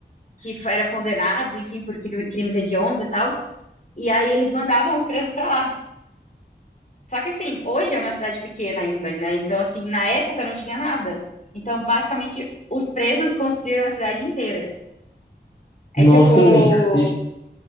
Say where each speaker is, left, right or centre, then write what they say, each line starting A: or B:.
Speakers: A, on the left (about 45°); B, on the left (about 30°).
A: que f- eram condenados, enfim, por cri- crimes hediondos e tal. E aí eles mandavam os presos pra lá. Só que assim, hoje é uma cidade pequena ainda, né? Então, assim, na época não tinha nada. Então, basicamente, os presos construíram a cidade inteira. É
B: nossa,
A: tipo.
B: gente. que-